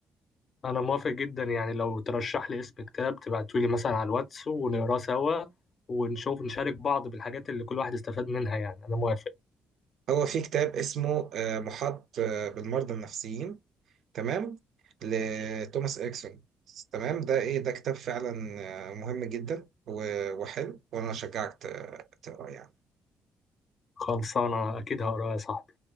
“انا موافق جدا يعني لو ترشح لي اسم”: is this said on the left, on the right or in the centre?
Left